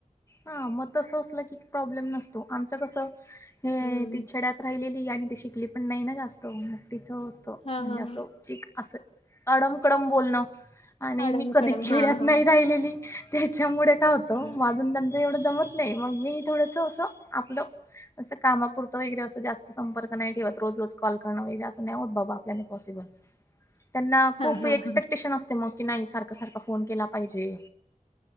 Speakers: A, on the left (about 20°); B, on the left (about 45°).
A: हा मग तस असलं की प्रॉब्लेम नसतो आमच कस हे
B: हम्म.
A: ते खेड्यात राहिलेली आणि ती शिकली पण नाही ना जास्त म तिचं असतं
B: हा
A: म्हणजे
B: हा
A: असं
B: हा
A: एक असं अडम, कडम बोलणं आणि
B: आडम
A: मी कधी
B: कडम
A: खेड्यात
B: हा हा
A: नाही राहिलेली त्याच्यामुळे काय होतं
B: हा
A: माझं आणि त्यांचं एवढं जमत नाही मग मी थोडंस असं आपलं असं कामापुरतं वगैरे असं जास्त संपर्क नाही ठेवत रोज रोज कॉल करणं वगैरे असं नाही होत बाबा आपल्याने पॉसिबल
B: <inaudible>
A: त्यांना
B: हा
A: खूप
B: हा
A: एक्सपेक्टेशन
B: हा
A: असते मग की नाही सारखं, सारखं फोन केला पाहिजे